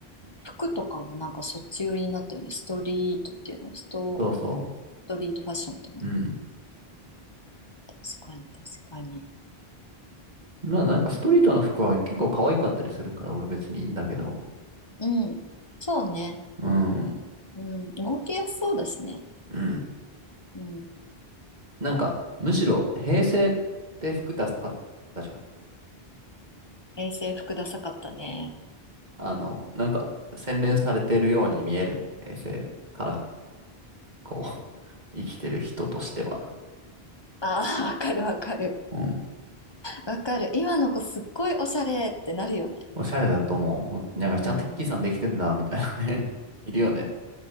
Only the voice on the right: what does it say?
そうそ
う。うん。
まあなんかストリートの服は結構可愛かったりするから俺別にいいんだけど。
うん。
うん。
なんかむしろ平成って服ダサかったじゃん。
あの、なんか洗練されてるように見える平成からこう <laughs> 生きてる人としては。
うん。
おしゃれだと思う。ほんなんかちゃんと引き算できてんな、
みたいなね。<laughs> いるよね。